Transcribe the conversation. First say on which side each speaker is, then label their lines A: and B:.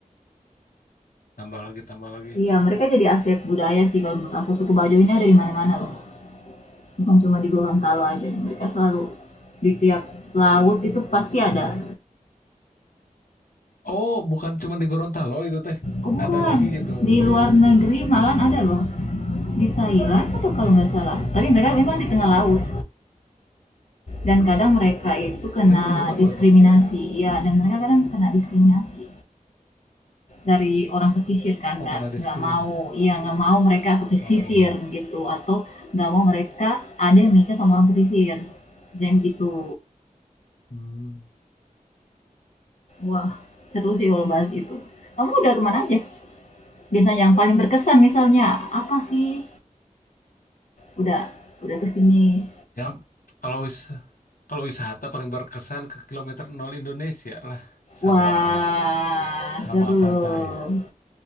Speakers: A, on the left; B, on the left.
A: tambah lagi tambah lagi
B: Iya, mereka jadi aset budaya sih kalau menurut aku. Suku Bajo ini ada di mana-mana loh. Bukan cuma di Gorontalo aja. Mereka selalu di tiap laut itu pasti ada.
A: oh bukan cuma di Gorontalo itu teh
B: Oh bukan,
A: ada lagi gitu
B: di luar
A: di
B: negeri malah ada loh. Di Thailand atau kalau nggak salah. Tapi mereka memang di tengah laut. Dan kadang mereka itu kena
A: saya baru denger
B: diskriminasi.
A: loh itu
B: Iya, dan mereka kadang kena diskriminasi. Dari orang pesisir kan,
A: oh kena diskriminasi
B: nggak mau iya, nggak mau mereka ke pesisir
A: oh iya
B: gitu, atau nggak mau mereka ada yang nikah sama orang pesisir, jam gitu
A: hmm
B: Wah, seru sih kalau bahas itu. Kamu udah kemana aja? Biasanya yang paling berkesan misalnya, apa sih? Udah udah kesini
A: ya kalau wis kalau wisata paling berkesan ke kilometer nol Indonesia lah Sabang
B: Wah,
A: sama
B: seru.
A: pantai